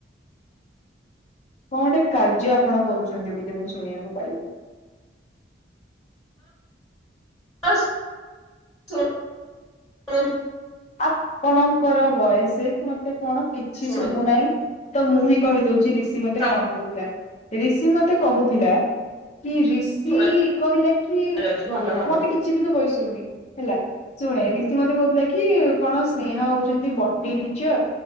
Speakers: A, on the left; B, in the centre.
A: କଣଟେ କାର୍ଯ୍ୟ ଆପଣ କରୁଛନ୍ତି ବୋଲି ମୁଁ ଶୁଣିବାକୁ ପାଇଲି।
B: <unintelligible>
A: ଆପଣଙ୍କର ବୟସିକ ମତେ କଣ--? କିଛି
B: ଶୁଣୁଛି
A: ଶୁଭୁ ନାହିଁ। ତ ମୁଁ ହିଁ କହିଦଉଛି ରିଷି ମତେ
B: ସବୁ
A: କଣ କହୁଥିଲା, ରିଷି ମତେ କହୁଥିଲା କି ରିଷି
B: ଶୁଣା
A: କହିଲା କି?
B: ଯାଉଛି ଭଲ ଭାବରେ
A: ମତେ କିଛି ବି ତୋ ଭଏସ ଶୁଭୁନି ହେଲା ଶୁଣ -ରିଷି ମତେ କହୁଥିଲା କି---? କି କଣ ସ୍ନେହା ହଉଛନ୍ତି ବଟନୀ ଟିଚର